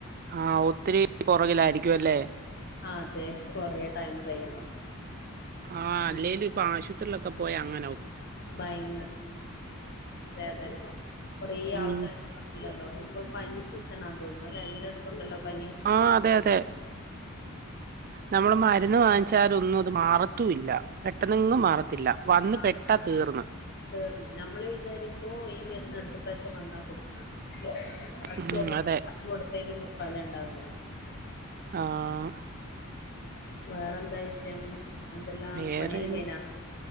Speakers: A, on the right; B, on the left.
A: ആഹ് ഒത്തിരി പുറകിലായിരിക്കും അല്ലേ
B: അതെ കൊറേ ടൈമ് കഴിയണോ
A: ആഹ് അല്ലേലും
B: ഉം
A: ഇപ്പൊ ആശുപത്രിയിലൊക്കെ പോയാ അങ്ങനാവും
B: ഭയങ്കര വേദന കൊറെ
A: ഉം
B: ആൾക്കാര്ണ്ടാവും ഉണ്ടല്ലോ ഇപ്പൊ പനി സീസണാന്ന് തോന്നുണു അല്ല എല്ലായിടത്തും ഉണ്ടല്ലോ പനി
A: ആഹ് അതെ അതെ നമ്മള് മരുന്ന് വാങ്ങിച്ചാല് ഒന്നും അത് മാറ ത്തുല്ല പെട്ടന്നെങ്ങും മാറത്തില്ല വന്ന്
B: ആഹ്
A: പെട്ടാ
B: ആഹ്
A: തീർന്ന്
B: തീർന്ന് നമ്മള് വിചാരിക്കും ഈ മരുന്ന് അടുത്ത പ്രാവശ്യം വന്നാ കൊടുക്കാം പക്ഷേ
A: ഉം അതെ
B: പത്തു കൊടുത്തേന് ഫലം ഉണ്ടാവുന്നില്ല
A: ആഹ്
B: വേറെന്താ വിഷയം എന്തെല്ലാ
A: വേറെ
B: പണിയെല്ലാം
A: എങ്ങും
B: കഴിഞ്ഞാ